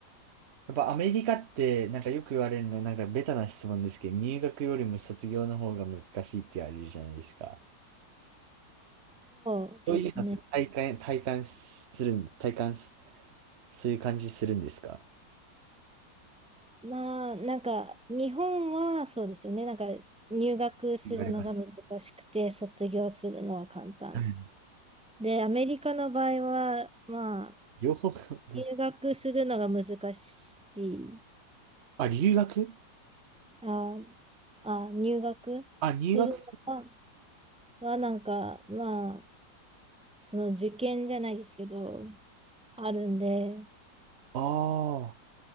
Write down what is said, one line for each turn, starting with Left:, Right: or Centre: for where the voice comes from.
Right: やっぱアメリカってなんかよく言われるのはなんかベタな質問ですけど、入学よりも卒業の方が難しいって言われるじゃないですか。
Centre: そうですね。
Right: そういうのって体感、体感するん、体感す、そういう感じするんですか
Centre: まあ、なんか、日本はそうですよね。なんか、入学するのが難しくて、
Right: 言われます。
Centre: 卒業するのは簡単。
Right: うん
Centre: で、アメリカの場合は、まあ、
Right: 両方 <laughs>
Centre: 入学するのが難しい。
Right: あ、留学
Centre: あ、あ、入学するのは
Right: あ、入学
Centre: はなんか、まあ、その受験じゃないですけど、あるんで、
Right: ああー。